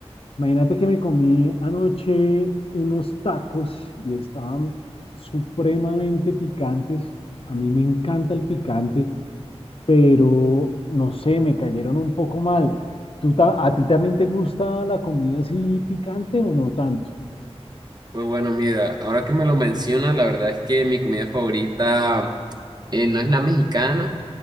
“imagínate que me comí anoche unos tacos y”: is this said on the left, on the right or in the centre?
Left